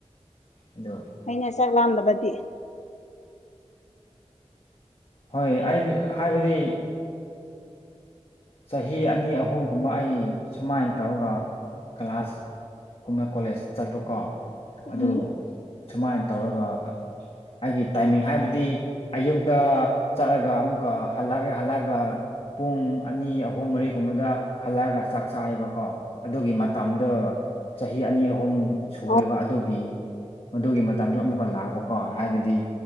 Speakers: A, on the left (about 55°); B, on the left (about 85°).
A: ꯑꯗꯨ
B: ꯑꯩꯅ ꯆꯥꯛ ꯂꯥꯗꯕꯗꯤ
A: ꯍꯣꯏ ꯑꯩꯗꯤ ꯍꯥꯏꯕꯗꯤ ꯆꯍꯤ ꯑꯅꯤ ꯑꯍꯨꯝꯒꯨꯝꯕ ꯑꯩ ꯁꯨꯃꯥꯏꯅ ꯇꯧꯔꯒ ꯀ꯭ꯂꯥꯁ ꯀꯨꯝꯕ ꯀꯣꯂꯦꯖ ꯆꯠꯄꯀꯣ
B: ꯎꯝ
A: ꯑꯗꯨ ꯁꯨꯃꯥꯏꯅ ꯇꯧꯔꯒ ꯑꯩꯒꯤ ꯇꯥꯏꯃꯤꯡ ꯍꯥꯏꯕꯗꯤ ꯑꯌꯨꯛꯇ ꯆꯠꯂꯒ ꯑꯃꯨꯛꯀ ꯍꯜꯂꯛꯑꯒ ꯍꯜꯂꯛꯑꯒ ꯄꯨꯡ ꯑꯅꯤ ꯑꯍꯨꯝ ꯃꯔꯤꯒꯨꯝꯕꯗ ꯍꯜꯂꯛꯑꯒ ꯆꯥꯛ ꯆꯥꯏꯌꯦꯕꯀꯣ ꯑꯗꯨꯒꯤ ꯃꯇꯝꯗꯣ ꯆꯍꯤ ꯑꯅꯤ ꯑꯍꯨꯝ ꯁꯨꯔꯦꯕ
B: ꯑꯣ
A: ꯑꯗꯨꯒꯤ ꯃꯗꯨꯒꯤ ꯃꯇꯝꯗ ꯑꯃꯨꯛꯀ ꯂꯥꯛꯄꯀꯣ ꯍꯥꯏꯕꯗꯤ